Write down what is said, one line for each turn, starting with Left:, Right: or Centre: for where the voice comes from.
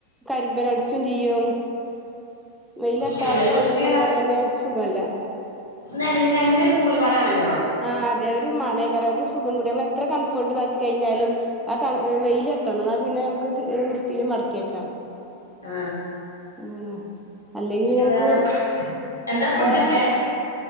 Centre: കരിമ്പൻ അട്ച്ചും ചെയ്യും വെയിലട്ടാതെ
Left: അങ്ങനെ ഒരു വൃത്തി
Centre: ഒൺങ്ങി കഴിഞ്ഞാ തന്നെ സുഖല്ലേ
Left: നെൻ നെഞ്ഞൊരു കൂലുമൺ ആണല്ലോ
Centre: ആഹ് അതെ ഒരു മണം ആയിക്കാരം ഒരു സുഖം കിട്ടില്ല നമ്മൾ എത്ര കംഫർട്ട് ആക്കി കഴിഞ്ഞാലും ആ തൺ വെയില് എട്ടണം എന്നാ പിന്നെ നമക്ക് വൃത്തീല് മടക്കിക്കാ
Left: ആ
Centre: അതുതന്നെ അല്ലെങ്കിൽ പിന്നെ നമുക്ക്
Left: വേറെ എന്താ ഫുഡൊക്കെ
Centre: വേറെ